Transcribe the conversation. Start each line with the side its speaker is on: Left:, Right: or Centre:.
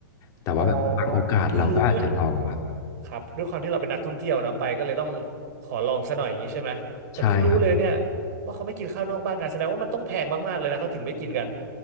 Left: แต่ว่าแบบบางโอกาสเราก็อาจจะลองครับ
Right: อ๋อเพิ่งรู้เฮ้ย ครับด้วยความที่เราเป็นนักท่องเที่ยวเนาะไปก็เลยต้องขอลองซะหน่อยอย่างนี้ใช่ไหมแต่เพิ่งรู้เลยเนี่ย
Left: ใช่ครับ
Right: ว่าเขาไม่กินข้าวนอกบ้านกันแสดงว่ามันต้องแพงมากๆเลยนะเขาถึงไม่กินกัน